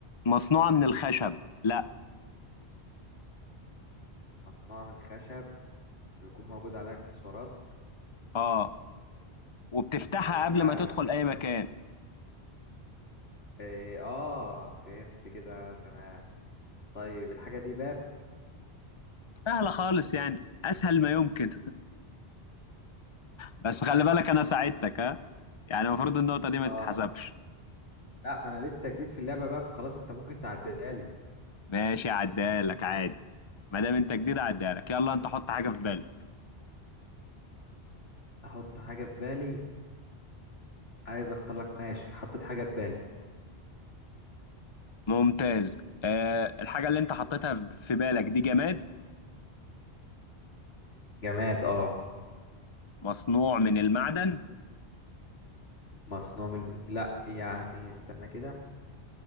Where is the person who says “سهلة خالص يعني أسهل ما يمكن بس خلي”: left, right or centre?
Left